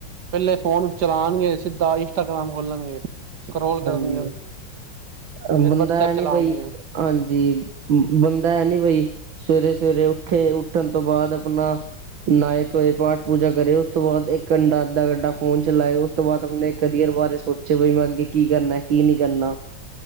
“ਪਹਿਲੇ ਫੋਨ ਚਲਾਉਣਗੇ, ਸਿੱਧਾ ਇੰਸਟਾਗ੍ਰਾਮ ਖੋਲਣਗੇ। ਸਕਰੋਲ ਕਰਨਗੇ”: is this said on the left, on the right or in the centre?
Right